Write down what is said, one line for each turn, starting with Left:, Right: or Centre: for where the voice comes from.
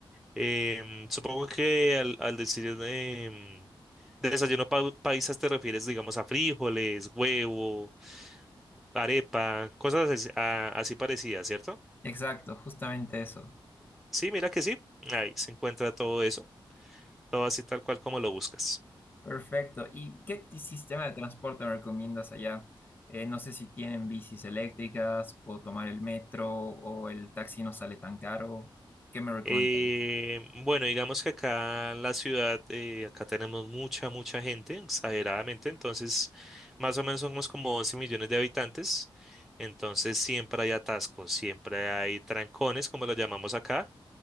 Centre: Em, supongo que al, al decir em, desayuno pau- paisa te refieres, digamos, a frijoles, huevo arepa, cosas así, a- así parecidas, ¿cierto?
Left: Exacto, justamente eso.
Centre: Sí, mira que sí, ahí se encuentra todo eso, todo así tal cual como lo buscas.
Left: Perfecto. ¿Y qué ti- sistema de transporte me recomiendas allá? Eh, no sé si tienen bicis eléctricas, puedo tomar el metro o el taxi no sale tan caro. ¿Qué me recomendarías?
Centre: Eh, bueno, digamos que acá en la ciudad, eh, acá tenemos mucha, mucha gente, exageradamente, entonces más o menos somos como 11 millones de habitantes, entonces siempre hay atascos, siempre hay trancones, como lo llamamos acá,